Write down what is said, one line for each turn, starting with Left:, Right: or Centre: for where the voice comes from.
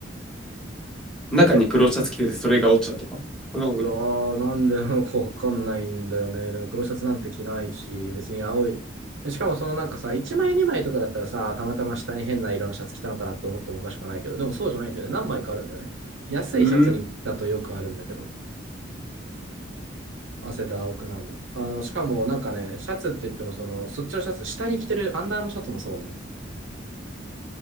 Centre: 中に黒シャツ着てて、それが落ちたとか。そんなことない。
Right: いやー、なんでなのかわかんないんだよね。でも黒シャツなんて着ないし、別に青い。でしかもそのなんかさ、1枚2枚とかだったらさ、たまたま下に変な色のシャツ着たのかなって思ってもおかしくはないけど、でもそうじゃないんだよね。何枚かあるんだよね。安いシャツにだとよくあるんだけど、
Centre: うーん。
Right: 汗で青くなるの。あの、しかもなんかね、シャツって言ってもその、そっちのシャツ、下に着てるアンダーのシャツもそうなの。